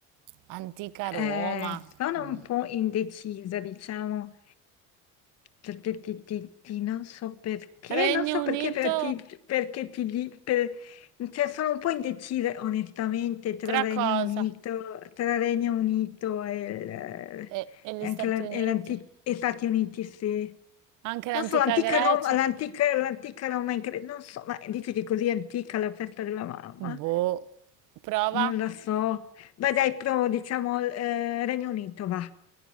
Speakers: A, on the right; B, on the left.
A: antica Roma.
B: Eh, sono
A: Mm.
B: un po' indecisa, diciamo, Ti- ti- ti- ti- ti- non so perché,
A: Regno
B: non so
A: Unito,
B: perché, per- ti- perché ti di- per- cioè, sono un po' indecisa onestamente tra
A: tra
B: Regno
A: cosa?
B: Unito, tra Regno Unito e, il-
A: E, e gli
B: e
A: Stati
B: anche la-
A: Uniti?
B: e l'anti- e Stati Uniti, sì.
A: Anche l'antica
B: Non so, l'antica
A: Grecia?
B: Roma, l'antica l'antica Roma, in Gre- non so, ma dice che è così antica la festa della mamma.
A: Boh, prova.
B: Non lo so. Beh, dai, provo, diciamo, eh, Regno Unito, va.